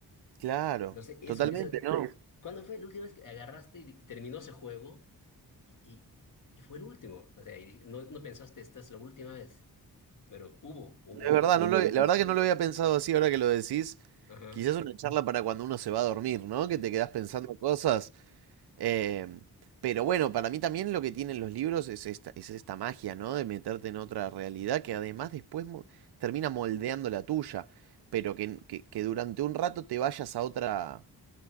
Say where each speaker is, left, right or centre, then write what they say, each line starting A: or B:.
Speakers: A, on the right; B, on the left.
A: Claro,
B: no sé, eso,
A: totalmente,
B: eso,
A: no. es
B: ¿cuándo fue la última vez que agarraste y, y terminó ese juego y, y, y fue el último? O sea, y di- no, no pensaste, esta es la última vez, pero hubo, hubo
A: verdad,
B: una última
A: no lo, algo
B: vez.
A: la verdad que no lo había pensado así ahora que lo decís.
B: Ajá,
A: Quizás una charla para cuando uno se va a dormir, ¿no? Que te quedás pensando cosas. Eh, pero bueno, para mí también lo que tienen los libros es esta, es esta magia, ¿no? De meterte en otra realidad que además después mo- termina moldeando la tuya, pero que, que- que durante un rato te vayas a otra,